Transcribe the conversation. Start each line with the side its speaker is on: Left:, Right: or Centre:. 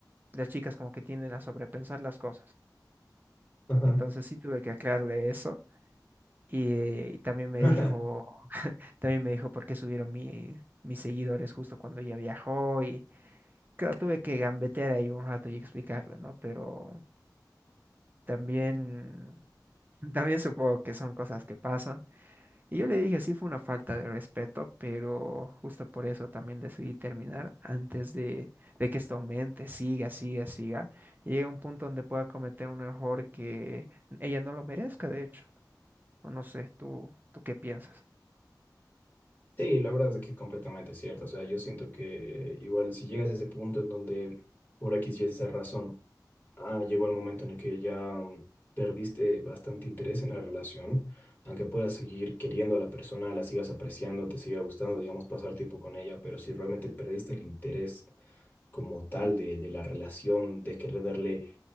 Right: las chicas como que tienden a sobrepensar las cosas.
Left: ajá.
Right: Entonces sí tuve que aclararle eso. Y, eh, y también me
Left: <laughs>
Right: dijo, también me dijo por qué subieron mi- mis seguidores justo cuando ella viajó. Y claro, tuve que gambetear ahí un rato y explicarle, ¿no? Pero también, <laughs> también supongo que son cosas que pasan. Y yo le dije, sí fue una falta de respeto, pero justo por eso también decidí terminar antes de, de que esto aumente, siga, siga, siga. Y llegue a un punto donde pueda cometer un error que ella no lo merezca, de hecho. O no sé, ¿tú, tú qué piensas?
Left: Sí, la verdad es que es completamente cierto. O sea, yo siento que igual si llegas a ese punto en donde por aquí sí es esa razón Ah, llegó el momento en el que ya mm, perdiste bastante interés en la relación, aunque puedas seguir queriendo a la persona, la sigas apreciando, te siga gustando, digamos, pasar tiempo con ella, pero si realmente perdiste el interés como tal de, de la relación, de querer darle